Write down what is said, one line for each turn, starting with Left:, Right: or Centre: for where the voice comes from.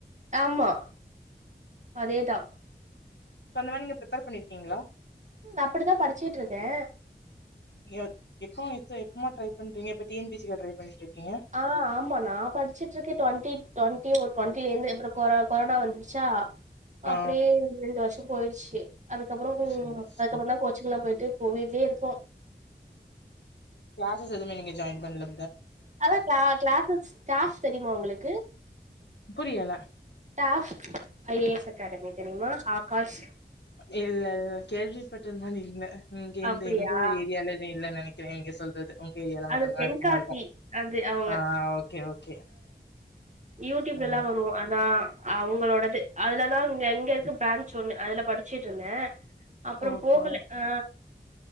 Right: ஆமா அதேதா
Left: சோ அந்த மாரி நீங்க ப்ரிப்பேர் பண்ணிருக்கீங்களா
Right: அப்டித்தா படிச்சுட்ருக்கே
Left: எப்ப எப்பமா ட்ரை பண்றீங்க இப்ப டி என் பி சி கா ட்ரை பண்ணிட்ருக்கீங்க
Right: ஆ ஆமா நா படிச்சுட்ருக்கே டுவொண்டி டுவொண்டி ஒ டுவொண்டிலந்து அப்றோ கொ கொரோனா வந்துருச்சா
Left: ஆ
Right: அப்டியே ரெண்டு வருஷோ போயிடுச்சு அதுக்கப்றோ
Left: சேரி
Right: அதுக்கப்றந்தா
Left: சேரி
Right: கொ ச்சிங்ளா போயிட்டு இப்போ வீட்லே இருக்கோ
Left: கிளாஸஸ் எதுமே நீங்க ஜாயின் பண்ல
Right: அதா க கிளாஸஸ் ஸ்டாப் தெரியுமா உங்களுக்கு
Left: புரியல
Right: டாஃப் ஐஏஎஸ் அகாடமி தேரியுமா ஆகாஷ்
Left: இல்ல இ கேவி பட்டல் மாரி இல்ல இங்க எ
Right: அப்டியா
Left: எங்க ஒரு ஏரியால இல்ல நினைக்கிறேன்ங்க எங்க சொல்றது உ ஏரியால மட்டுமல்லான்
Right: அது தென்காசி
Left: இருக்குமா இருக்கும்
Right: அது அவங்க
Left: ஆஹ் ஓகே ஓகே
Right: யூடியூப்ல
Left: ஆ
Right: எல்லாம் வரும் அதான் அவங்களோடது அதுலதான் இங்க எங்க இருக்க பிரான்ச் ஒண்ணு அதுல படிச்சுட்டு இருந்த அப்ரோ
Left: ஓகே
Right: போகல ஆ